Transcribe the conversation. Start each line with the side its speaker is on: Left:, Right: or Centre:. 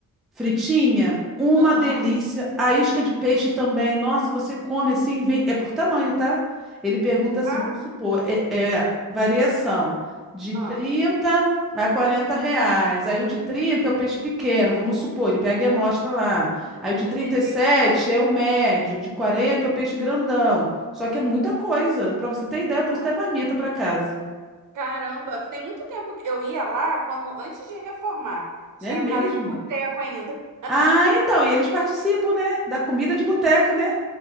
Centre: Fritinha, uma
Right: aham.
Centre: delícia. A isca de peixe também. Nossa, você come assim, vem- é por tamanho, tá? Ele pergunta assim,
Right: Ah,
Centre: vamos supor, é, é variação de
Right: ah,
Centre: 30 a 40 reais. Aí o de 30 é o peixe pequeno, vamos supor, ele pega e mostra lá. Aí o de
Right: entendi.
Centre: trinta e sete é o médio, o de 40 é o peixe grandão. Só que é muita coisa. Para você ter ideia, eu trouxe
Right: ah
Centre: até marmita para casa.
Right: Caramba, tem muito tempo que eu ia lá quando antes de reformar. Tinha
Centre: É mesmo?
Right: cara de boteco ainda. <laughs>
Centre: Ah, então, e eles participam, né? Da comida de boteco, né?